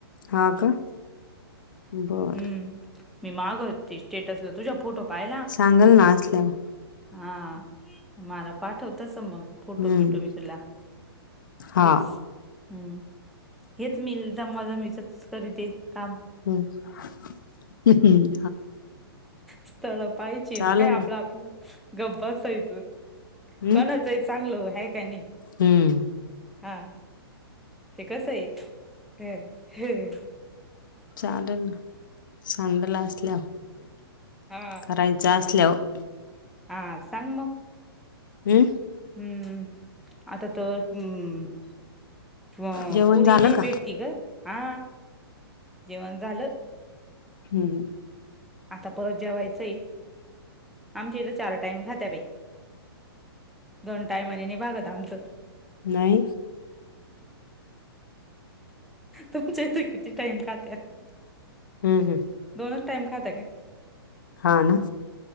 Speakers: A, on the left; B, in the centre.
A: हा का बर.
B: हम्म मी मागच ते स्टेटसला तुझ्या फोटो पाहायला.
A: सांगलं ना असल्यावर
B: हा मला पाठव तस मग. फोटो
A: हम्म
B: बिटो मी तुला
A: हा
B: तेच हम्म. हेच मी जमवाजमीवीच करीते काम.
A: ह ह हमम.
B: स्थळ पाहिचीन
A: चालेल
B: काय आपलं
A: ना
B: आपलं. गप्प बसायच
A: हम्म
B: कोणाचय चांगलं हाय काय नाही
A: हम्म
B: हा ते कस ये ह
A: चालल ना चांगलं असल्यावर
B: हा
A: करायच असल्यावर.
B: हा सांग मग.
A: हम्म.
B: हम्म आता तर हम. अ
A: जेवण
B: पोरी
A: झालं
B: नाही
A: का
B: देखती ग हा जेवण झालं.
A: हम् हम.
B: आता परत जेवायचं आहे आमच्या इथे चार टाइम खात्यात ये. दोन टायमाने नाही भागत आमचं.
A: नाही
B: तुमच्या इथ किती टाइम खात्यात.
A: हम् हम.
B: दोनच टाइम खात काय?
A: हा ना.